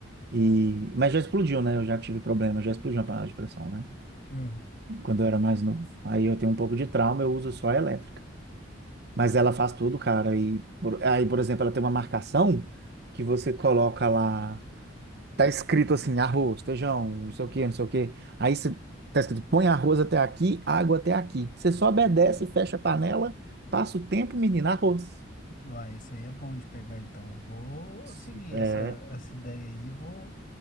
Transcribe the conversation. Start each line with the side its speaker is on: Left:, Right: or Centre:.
Right: E, mas já explodiu, né? Eu já tive problema, já explodiu uma panela de pressão, né?
Left: Hum.
Right: Quando eu era mais novo. Aí eu tenho um pouco de trauma, eu uso só a elétrica. Mas ela faz tudo, cara. E por- aí, por exemplo, ela tem uma marcação que você coloca lá. tá escrito assim, arroz, feijão, não sei o quê, não sei o quê. Aí você, tá escrito, põe arroz até aqui, água até aqui. Você só obedece, fecha a panela, passa o tempo, menina, arroz.
Left: Uai, isso aí é bom de pegar, então. Vou
Right: Se-
Left: seguir
Right: É,
Left: essa, essa ideia aí e vou